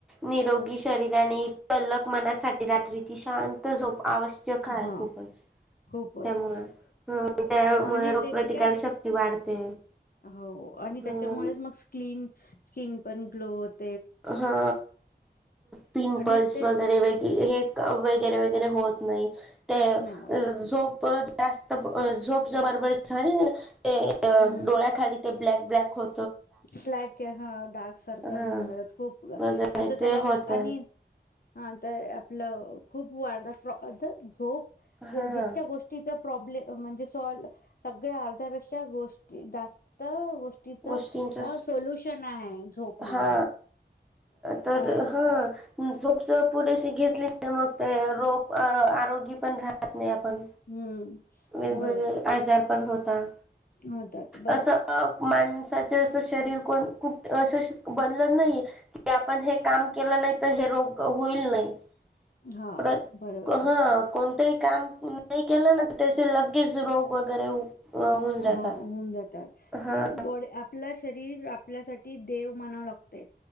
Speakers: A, in the centre; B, on the left.
A: निरोगी शरीरा आणि तलक मनासाठी रात्रीची शांत झोप आवश्यक आहे
B: ह
A: खूपच
B: खपच
A: त्यामुळे ह त्यामुळे
B: आणि
A: रोगप्रतिकार
B: त्या काय
A: शक्ती वाढते
B: हो आणि त्याच्यामुळे
A: ह
B: मग स्न स्कन पण ग्लोथ
A: हा पिंपल्स
B: आणि ते
A: वगैरे वगै हे वगैरे वगैरे होत नाही ते
B: काहीच
A: अ
B: नाही होत.
A: जो जास्त झोप जार प ते
B: हम्म
A: डोळ्या खाली ते ब्लॅ ब्लॅक हो
B: ब्लॅक हा डार्क सर्कल
A: हा
B: येऊन जातात खूप
A: वगैरे
B: असं त्याला
A: ते होत
B: आणि हा तर आपलं खूप वाढत झोप
A: हा
B: जितक्या गोष्टीच प्राब्लेम म्हणे सगळं अर्धा पेक्ष्या गो जास्त गोष्ट तिचं
A: गोष्टींचा
B: अ सोल्युशन आहे झोप म्हणजे
A: हा तर
B: अ
A: हा झोप स पुरेशी घेतली म ते रोप आरोग पण राहत नाही प
B: हम्म
A: वेगवेगळे
B: बरोबर
A: आजार पण होता
B: होतात बरं
A: असं माणसाच अस शरीर कोण कुठ अस बनल नाही की आपण हे काम केलं नाही तर हे रोग होईल नाही
B: हां,
A: प्र
B: बरोबर आहे.
A: हा कोणतही काम नाही केलं ना पैसे लगेच रोग वगैरे होऊन
B: हा
A: जाता
B: होऊन जात आप
A: हा
B: शरीर आपल्यासाठी देव म्हणा लागते